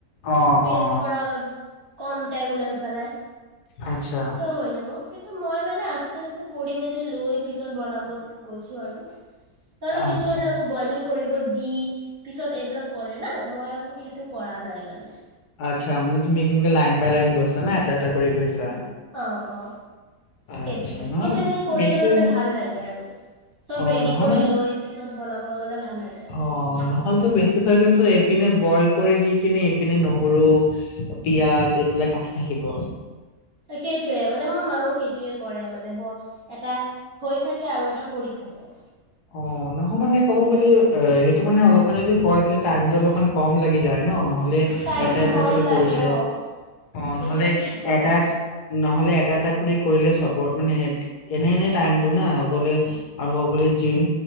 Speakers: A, on the left (about 80°); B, on the right (about 50°).
A: অ
B: পেষ্ট
A: অ
B: কৰা অলপ কম টাইম লৈ পেলাই,
A: আচ্ছা
B: ত হৈ যাব কিন্তু মই মানে আস্তে, আ কৰি মেলি লৈ পিছত বনাব গৈছো আৰু। নহলে,
A: আচ্ছা
B: কিছুমানে আকৌ বইলিং কৰিব দি, পিছত এইবিলাক কৰে না। মই একো সেইটো কৰা নাই মানে।
A: আত্চ্ছা, মান তুমি কি লাইন বাই লাইন গৈছা না এটা এটা কৰি গৈছা।
B: অ অ সেইটোৱে
A: আচ্ছা নহয়
B: মোৰ তেনেকে কৰি
A: বেছি
B: লৈ মানে ভাল লাগে আৰু চব
A: অ
B: ৰেডি
A: নহয়
B: কৰি
A: মানে
B: লৈ পিছত বনাব গলে ভাল লাগে আৰু
A: অ নহ'লেতো বেছিভাগেতো এইপিনে বইল কৰি দি কিননে এইপিনে ন সৰু পিয়াঁজ এইবিলাক কাটি থাকিব
B: সেইটোৱে মানে মোৰ মাও সেইটোয়ে কৰে মানে বৰ এটা হৈ থাকে আৰু এটা কৰি থাকে
A: অ নহয় মানে ক'ব গ'লে অ সেইটো মানে অলপ যদি ক টাইমটো অলপ কম লাগি যায় ন নহলে
B: টাইমটো
A: এটা এটা
B: কম
A: কৰি
B: লাগে
A: কৰিলে
B: অ',
A: অ
B: সেইটোও
A: নহলে
B: ঠিক কথা
A: এটা নহ'লে এটা এটা কৰি কৰিলে চবৰ মানে এনে এনে টাইমটো না অগলে আৰু অগলে যোন